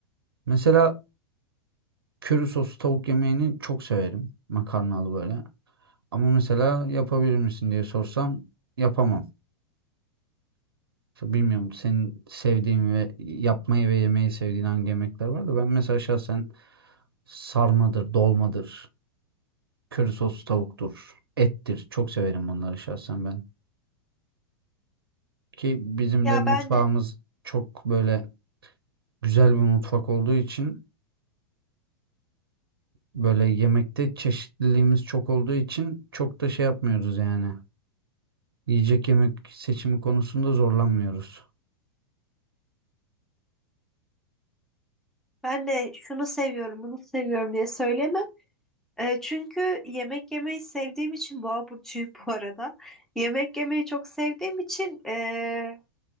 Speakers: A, on the right; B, in the centre.
A: Mesela köri soslu tavuk yemeğini çok severim. Makarnalı böyle. Ama mesela yapabilir misin diye sorsam yapamam. İşte Bilmiyorum senin sevdiğin ve yapmayı ve yemeyi sevdiğin hangi yemekler var da ben mesela şahsen sarmadır, dolmadır. Köri soslu tavuktur. Ettir. Çok severim bunları şahsen ben. Ki bizim
B: Ya
A: de mutfağımız
B: ben de
A: çok böyle güzel bir mutfak olduğu için böyle yemekte çeşitliliğimiz çok olduğu için çok da şey yapmıyoruz yani. Yiyecek yemek seçimi konusunda zorlanmıyoruz.
B: ben de şunu seviyorum, bunu seviyorum diye söyleyemem. E, çünkü yemek yemeyi sevdiğim için boğa burcuyum bu arada. Yemek yemeyi çok sevdiğim için e,